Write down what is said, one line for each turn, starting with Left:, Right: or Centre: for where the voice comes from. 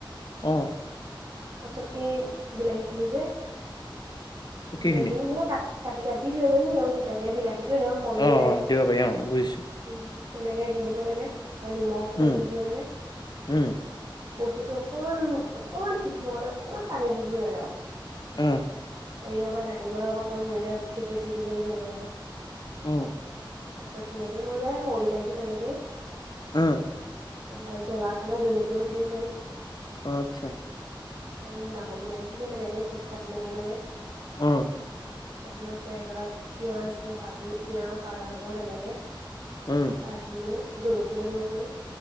Left: অ
Right: তাৰপিছত এই বিলাহী খিনি যে বিলাহী
Left: সেইখিনি
Right: খিনি মানে কাটি কাটি কাটি দিব পাৰি আৰু গোটাকে বিলাহীটো এনেও পমিয়ে
Left: অ
Right: যায়।
Left: অ দিব পাৰি অ বুজিছো
Right: উম তেনেকে দি দিব লাগে বা নিমখ অকমান
Left: উম
Right: দি দিব লাগে
Left: উম
Right: বস্তুটো অকমান অকমান সিজিবৰ কাৰণে অকমান পানী দি দিব লাগে আৰু
Left: উম
Right: পাৰিলে অকণ ঢাকি দিব লাগে বা অকণ এনেকে থেকিচি দিব লাগে এনেকে
Left: উম
Right: তাৰপিছত তেনেকে হৈ যায় সৰু বিলাহীটো তেনেকেই
Left: উম
Right: তোমাৰ জলা খালে জলকীয়াও দি দিব পাৰি
Left: অ আচ্ছা।
Right: অ, ডাঙৰ বিলাহীতো যে তেনেকে কুটি কাটি ল'ব লাগে।
Left: উম।
Right: কাটি লোৱা কেৰাহীখনত, পিঁয়াজ দি ভাজি পিঁয়াজ আদা নহৰু তেনেকে।
Left: উম।
Right: ভাজি লৈ জলকীয়াও দিব পাৰি।